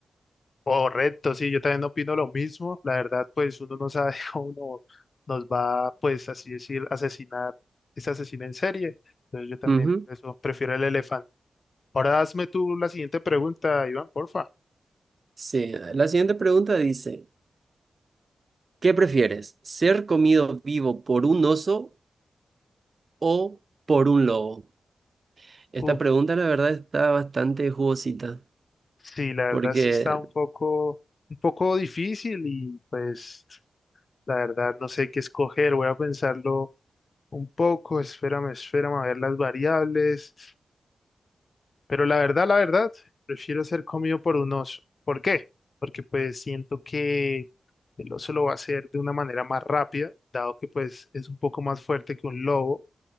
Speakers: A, on the left; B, on the right.
A: Correcto, sí, yo también opino lo mismo. La verdad, pues uno no sabe <laughs> cómo uno nos va, pues así decir, asesinar, ese asesino en serie. Entonces yo también
B: Ujú.
A: por eso prefiero el elefante. Ahora hazme tú la siguiente pregunta, Iván, porfa.
B: Sí, la siguiente pregunta dice, ¿qué prefieres? ¿Ser comido vivo por un oso o por un lobo? Esta
A: Uf,
B: pregunta, la verdad, está bastante jugosita.
A: sí, la verdad
B: Porque
A: sí está un poco, un poco difícil y pues la verdad no sé qué escoger. Voy a pensarlo un poco, espérame, espérame a ver las variables. Pero la verdad, la verdad, prefiero ser comido por un oso. ¿Por qué? Porque pues siento que el oso lo va a hacer de una manera más rápida, dado que pues es un poco más fuerte que un lobo